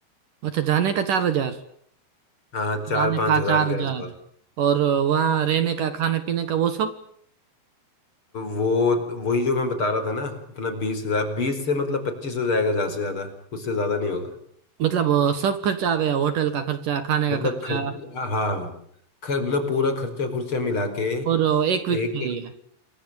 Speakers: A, on the right; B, on the left.
A: अच्छा जाने का चार हजार
B: हाँ हाँ, चार
A: जाने
B: पाँच
A: का
B: हजार
A: चार
B: के
A: हजार
B: आसपास
A: और वहाँ रहने का खाने पीने का वो सब
B: वो वही जो मैं बता रहा था ना अपना बीस हजार बीस से मतलब पच्चीस हो जाएगा ज्यादा से ज्यादा उससे ज्यादा नहीं होगा
A: मतलब सब खर्चा आ गया होटल का खर्चा खाने का
B: मतलब
A: खर्चा
B: खर्च हाँ खर- मतलब पूरा खर्चा खुर्चा मिला के
A: और एक वीक
B: एक
A: के लिए